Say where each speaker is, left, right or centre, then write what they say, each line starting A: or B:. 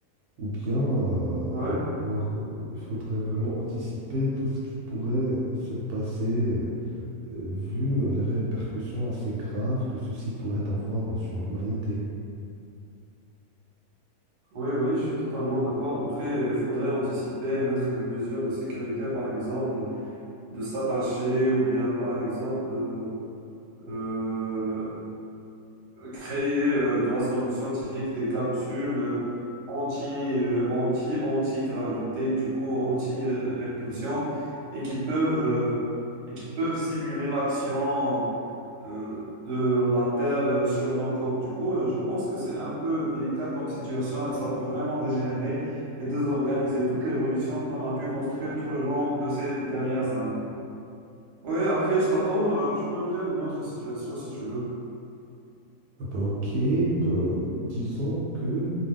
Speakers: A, on the right (about 75°); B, on the right (about 45°).
A: ou bien euh,
B: Ouais,
A: alors, euh, il faudrait vraiment anticiper tout ce qui pourrait euh, se passer euh, euh, vu euh, les répercussions assez graves que ceci pourrait avoir euh, sur l'humanité.
B: ouais, oui, je suis totalement d'accord. Après, il faudrait anticiper, mettre des mesures de sécurité, par exemple, de s'attacher ou bien, par exemple, euh, euh, créer, euh, grâce à nos scientifiques, des capsules euh, anti, euh, anti, anti-gravité, du coup, anti-répulsion, et qui peuvent, euh, et qui peuvent simuler l'action euh, de la Terre euh, sur nos corps. Du coup, euh, je pense que c'est un peu délicat comme situation et ça peut vraiment dégénérer et désorganiser toute l'évolution qu'on a pu construire tout le long de ces dernières années. Oui, après, je t'attends. euh, tu peux me dire une autre situation si tu veux.
A: Ah bah, ok, bah, disons que